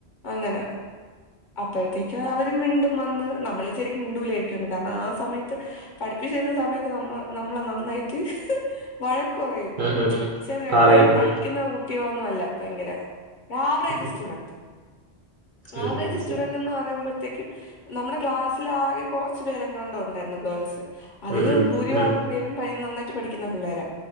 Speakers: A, on the left; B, on the right.
A: അങ്ങനെ അപ്പഴത്തേക്കത് അവര് മിണ്ടും വന്ന് നമ്മള് വിചാരിക്കും മിണ്ടൂലേര്ക്കുംന്ന് കാരണം ആ സമയത്ത് പഠിപ്പിച്ചിര്ന്ന സമയത്ത് നമ്മള് നമ്മളെ നന്നായി റ്റ് വഴക്ക് പറയും
B: ഉം ഉം ഉം
A: ച്ചെ ഞങ്ങള്
B: പറയും
A: അങ്ങനെ പഠിക്കുന്ന
B: ഉം
A: കു ട്ടിയോളൊന്നും അല്ല ഭയങ്കര ഒരാവറേജ്
B: ഉം ഉം.
A: സ്റ്റുഡന്റ്
B: ഉം,
A: ആവറേജ്
B: മനസ്സിലായി
A: സ്റ്റുഡന്റെന്ന് പറയുമ്പഴ് ത്തേക്കും നമ്മടെ ക്ലാസ്സില് ആകെ കാെറച്ച് പേരെങ്ങാണ്ടൊ ഉണ്ടായിരുന്നു ഗേൾസ് അതില്
B: ഉം ഉം
A: ഭൂരിഭാഗം
B: ഉം
A: പേരും ഭയന്ന് നന്നായിട്ട് പഠിക്ക്ന്ന പിള്ളേരാ